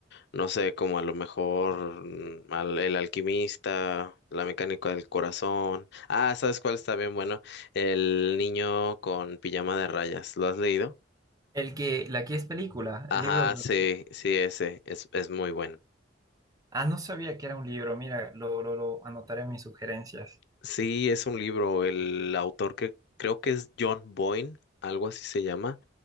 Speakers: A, on the left; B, on the right.
A: no sé, como a lo mejor mm, al, El Alquimista, La Mecánica del Corazón. Ah, ¿sabes cuál está bien bueno? El niño con pijama de rayas. ¿Lo has leído?
B: El que, la que es película,
A: Ajá,
B: el libro de... los-
A: sí, sí, ese es, es muy bueno.
B: Ah, no sabía que era un libro. Mira, lo, lo, lo anotaré en mis sugerencias.
A: Sí, es un libro, el autor que creo que es John Boyne, algo así se llama.